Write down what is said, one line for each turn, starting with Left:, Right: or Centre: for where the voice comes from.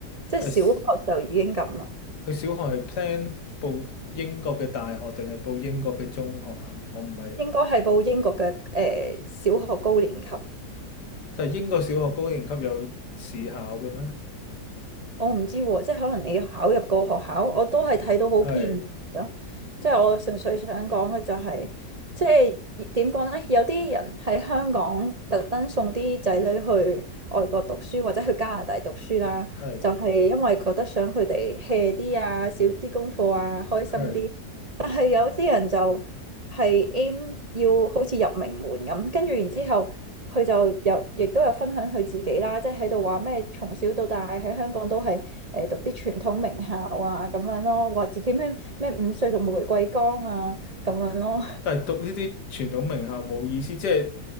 Right: 即係小學就已經咁啦，
Left: 但係佢小學係 plan 報英國嘅大學定係報英國嘅中學啊？我唔係，
Right: 應該係報英國嘅誒、小學高年級。
Left: 但係英國小學高年級有試考嘅咩？
Right: 我唔知喎，即係可能你考入個學校，我都係睇到好片面咯。
Left: 係
Right: 即係我純粹想講嘅就係、即係點講咧？有啲人喺香港特登送啲仔女去外國讀書，或者去加拿大讀書啦，
Left: 係
Right: 就係、因為覺得想佢哋 hea 啲啊，少啲功課啊，開心啲。
Left: 係。
Right: 但係有啲人就係 aim 要好似入名門咁，跟住然之後。佢就有亦都有分享佢自己啦，即係喺度話咩從小到大喺香港都係誒、呃、讀啲傳統名校啊咁樣咯，話自己咩咩五歲讀玫瑰崗啊咁樣咯，
Left: 但係讀呢啲傳統名校冇意思，即係